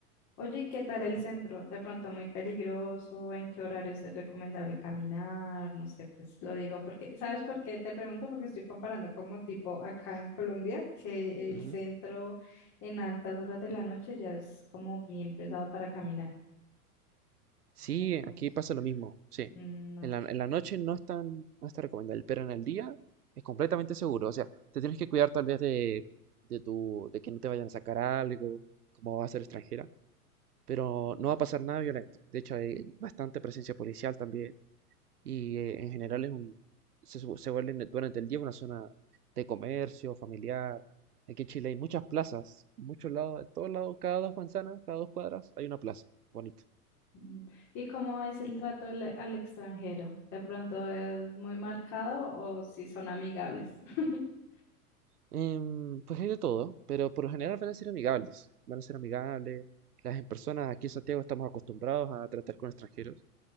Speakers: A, on the left (about 40°); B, on the right (about 80°).
A: Oye, ¿y qué tal el centro? De pronto muy peligroso, ¿en qué horarios es recomendable caminar? No sé, pues lo digo porque, ¿sabes por qué? Te pregunto porque estoy comparando como tipo acá en Colombia, que el
B: Ujú.
A: centro en altas horas de la noche ya es como bien pesado para caminar.
B: Sí,
A: Entonces,
B: aquí pasa lo mismo, sí.
A: mm, ok.
B: En la, en la noche no es tan, no está recomendable, pero en el día es completamente seguro, o sea, te tienes que cuidar tal vez de, de tu, de que no te vayan a sacar algo, como va a ser extranjera, pero no va a pasar nada violento. De hecho, hay bastante presencia policial también. y eh, en general es un, se, su- se vuelve en- durante el día una zona de comercio, familiar. Aquí en Chile hay muchas plazas, en muchos lados, en todos lados, cada dos manzanas, cada dos cuadras hay una plaza, bonito.
A: Mm, ¿Y cómo es el trato al, al extranjero? ¿De pronto es muy marcado o si son amigables? <laughs>
B: Em, pues hay de todo, pero por lo general van a ser amigables, van a ser amigables. Las en personas aquí en Santiago estamos acostumbrados a tratar con extranjeros,